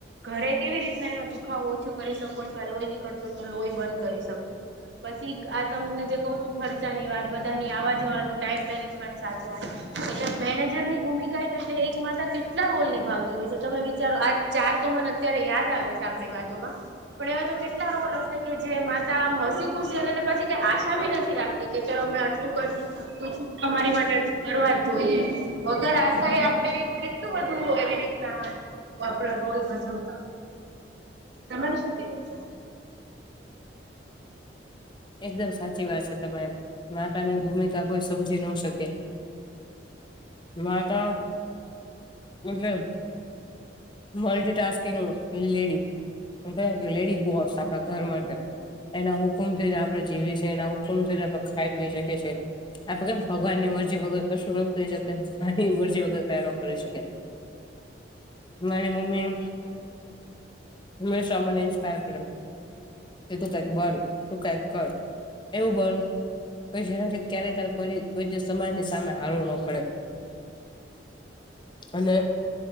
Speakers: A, on the right; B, on the left.
A: ઘરે કેવી રીતના એનો દુખાવો ઓછો કરી શકું અથવા લોહી નીકળતો હોય તો લોહી બંધ કરી શકું, પછી આ તમને જે કહું છું. ખર્ચાની વાત બધાની આવવા જવાનું ટાઈમ મેનેજ મેન્ટ સાચવાનું, એટલે મેનેજરની ભૂમિકા એતો એટલે એક માતા કેટલા રોલ હોય છે, તમે વિચારો આ ચારતોમાં નથી. અત્યારે યાદ આવે છે, આપણી વાતોમાં પણ એવા તો કેટલા રોલ હશે. કે કે જે માતા હસી ખુશી કે પછી કઈ આશા ભી નથી રાખતી કે ચલો આટલું, કરું તો શું તમારી માટે, કરવા જોઈએ વગર આશાએ આપડે કેટલું બધું આવી જ રીતના. વાપરો રોન ભજવતા હો તમાર શું કેવું છે.
B: એકદમ સાચી વાત છે તમારે માતાની ભૂમિકા કોઈ સમજી ન શકે, નાટ..... બદલે, મલ્ટીટાસ્કિંગ.. લેડી, ક કે લેડી બસ આપણા ઘર એના હુકમથી, આપ જીવી છે, એના હુકમ ખાઈપી શકે છે. આપણે કે ભગવાનની મરજી વગર કશું ન કરી શકે માની મરજી વગર કાઈનો કરી શકે. મારી મમ્મી... હંમેશ માટે ઈન્સ્પાયર કરેલ.. કે તું કઈક બંધ તું કંઈ, કર.. એવું બને. કોઈ જે છે, ક્યારેય ત્યારે કોઈ કોઈ સમાજની સામે હારવું ન પડે. અને